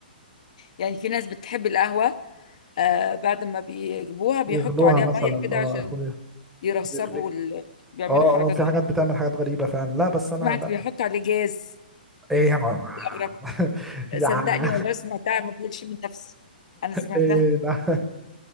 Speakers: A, on the left; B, in the centre.
A: يعني في ناس بتحب القهوة آه، بعد ما بيجيبوها بيحطوا
B: يغلوها
A: عليها
B: مثلا
A: مية كده
B: اه
A: عشان
B: يا اخويا
A: يرسبوا
B: يغلي
A: ال... بيعملوا
B: اه
A: حركات
B: اه في
A: غريبة
B: حاجات بتعمل حاجات غريبة فعلا لا بس
A: سمعت
B: انا لا
A: بيحطوا عليه جاز
B: ايه يا عم-
A: أغرب
B: <laughs> يا
A: صدقني
B: <laughs> عم.
A: والله سمعتها ما بقولش من نفسي أنا سمعتها
B: ايه ده